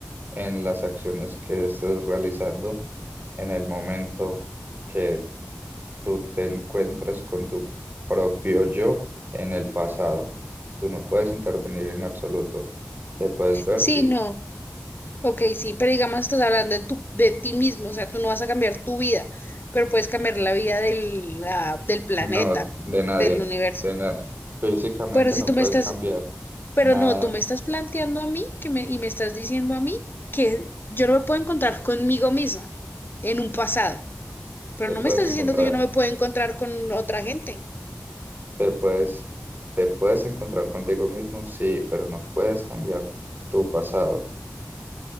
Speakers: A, on the right; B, on the left.
A: en las acciones que estés realizando en el momento que tú te encuentras con tu propio yo en el pasado. Tú no puedes intervenir en absoluto. Te puedes ver,
B: Sí,
A: sí.
B: no, ok, sí, pero digamos, estás hablando de, tu, de ti mismo, o sea, tú no vas a cambiar tu vida, pero puedes cambiar la vida del, la- del planeta,
A: No, de nadie.
B: del universo.
A: De na- Físicamente
B: Pero si
A: no
B: tú
A: puedes
B: me estás
A: cambiar
B: Pero
A: nada.
B: no, tú me estás planteando a mí que me, y me estás diciendo a mí que yo no me puedo encontrar conmigo misma en un pasado, pero
A: Te
B: no
A: puedes
B: me estás
A: encontrar.
B: diciendo que yo no me puedo encontrar con otra gente,
A: Te puedes, te puedes encontrar contigo mismo, sí, pero no puedes cambiar tu pasado.